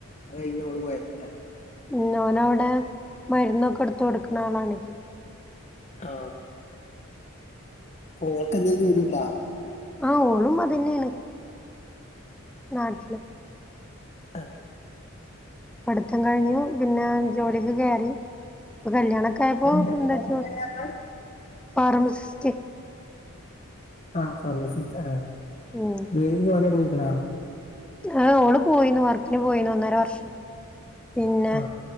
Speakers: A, on the left; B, in the centre.
A: അത് കഴഞ്ഞ ഓള് പോയതയ്ക്കാരം?
B: ഇഓനവിടെ മരുന്നൊക്കെ എടുത്ത കൊടുക്കണ ആളാണ്.
A: ആഹ് ഓൾക്കെന്തേലും ജോലി ഉണ്ടോ?
B: ആഹ്, ഓളും അതന്നെണ്. നാട്ടിലാ
A: ആഹ്
B: പഠിത്തം കഴിഞ്ഞു, പിന്നെ ജോലിക്ക് കയറി. പ്പ കല്യാണ കപ്പോൾ
A: എന്തടി
B: എന്ത
A: എന്ത്
B: ജോ
A: പണിയാ പറഞ്ഞത്?
B: ഫാർമസിസ്റ്റിക്.
A: ആ ഫർമസി സ്റ്റാആ
B: ഉം
A: ജോലിക്ക്, പോകലെടങ്ങിക്ക്ണോ
B: ആ് ഓള് പോയിനു വർക്കിന് പോയിനു, ഒന്നര വർഷം. പിന്നെ..
A: ആ